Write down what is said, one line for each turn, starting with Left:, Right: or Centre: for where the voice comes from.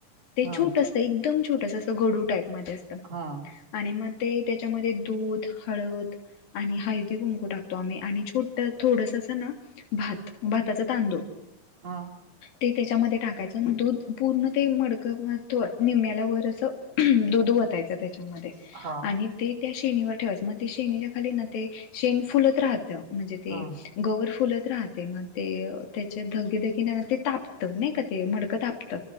Left: ते
Right: हा
Left: छोटस एकदम छोटस असं गडू टाईप असत
Right: हां,
Left: आणि मग ते त्याच्यामध्ये दूध हळद आणि हळदी कुंकू टाकतो आम्ही आणि छोट थोडस असं ना भात भाताचा तांदूळ
Right: हा
Left: ते त्याच्यामध्ये टाकायचं अन् दूध पूर्ण ते मडकं निम्याला वर असं दूध वतायचं. त्याच्यामध्ये
Right: हां,
Left: आणि ते त्या शेणीवर ठेवायचं मग ते शेणीच्या खाली ना ते शेणी फुलत राहतं. म्हणजे ते
Right: हां,
Left: गवर फुलत राहते मग ते त्याचे धगीधगी ते तापत नाही का? म ते मडकं तापत